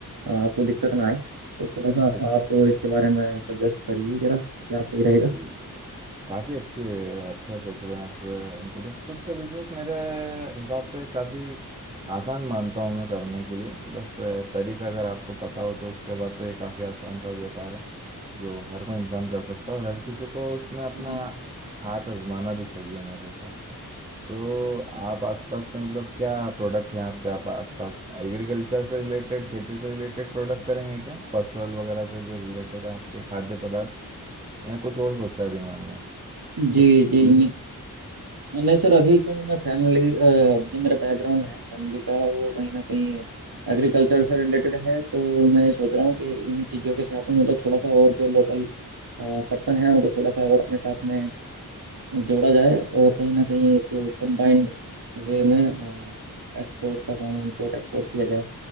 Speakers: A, on the right (about 70°); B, on the right (about 15°).
A: अ, आपको दिक्कत ना आए तो थोड़ा सा
B: जी
A: आप इसके बारे में सजेस्ट करिए जरा क्या सही रहेगा
B: जी जी काफी अच्छी अच्छा सोच रहे हैं आप इम्पोर्ट एक्सपोर्ट का बिजनेस मेरे हिसाब से काफी आसान मानता हूँ मैं करने के लिए बस अ, तरीका अगर आपको पता हो तो उसके बाद तो ये काफी आसान सा व्यापार है जो हर कोई इंसान कर सकता है और हर किसी को उसमें अपना
A: जी
B: हाथ आजमाना भी चाहिए मेरे हिसाब से तो आप आसपास से मतलब क्या प्रोडक्ट हैं आपके आप आसपास एग्रीकल्चर से रिलेटेड खेती से रिलेटेड प्रोडक्ट करेंगे क्या फसल वगैरह से जो रिलेटेड है आपके खाद्य पदार्थ या कुछ और सोचा है दिमाग में
A: जी जी मैं- नहीं सर अभी क्योंकि मैं फैमिली जो मेरा बैकग्राउंड है फैमिली का वो कहीं ना कहीं एग्रीकल्चर से रिलेटेड है तो मैं सोच रहा हूँ कि इन्हीं चीज़ों के साथ में मतलब थोड़ा सा और जो लोकल पर्सन है उनको थोड़ा सा और अपने साथ में जोड़ा जाए और कहीं ना कहीं एक कंबाइंड वे में एक्सपोर्ट का काम इंपोर्ट एक्सपोर्ट किया जाए